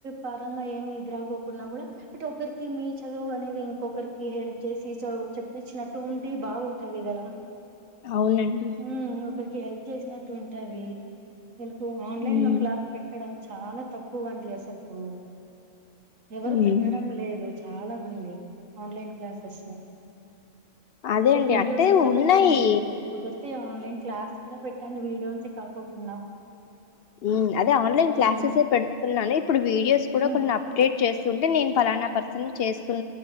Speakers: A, on the right; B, on the left.
A: పరంగా ఏమిది రాకోకుంన్నా కూడా బట్ ఒకరికి మీ చదువు అనేది ఇంకొ ఒకరికి హెల్ప్ చేసి చదువు చెప్పించినట్టు ఉంటే బాగుంటది కదా
B: అవునండి
A: ఉమ్ ఒకరికి హెల్ప్ చేసినట్టు ఉంటది. వాలకు ఆన్లైన్
B: ఉమ్,
A: లో క్లాస్ పెట్టడం చాలా తక్కువ అండి అసలుకు. ఎవరు
B: ఉమ్.
A: పెట్టడం లేదు చ్ చాలా మంది ఆన్లైన్ క్లాసెస్
B: అదే
A: సో
B: అండి
A: వీడియోస్
B: అంటే
A: కూడా
B: ఉన్నాయి
A: పెట్టడం లేదు <unintelligible> కుదిరితే ఆన్లైన్ క్లాస్ <unintelligible> కూడా పెట్టండి వీడియోసే కాకోకుండా
B: ఉమ్ అదే ఆన్లైన్ క్లాసెస్
A: ఉమ్
B: ఏ పెడుతున్నాను. ఇప్పుడు వీడియోస్ కూడా
A: ఉమ్
B: కొన్ని అప్డే చేస్తుంటే నేను పలానా పర్సన్ నీ చేస్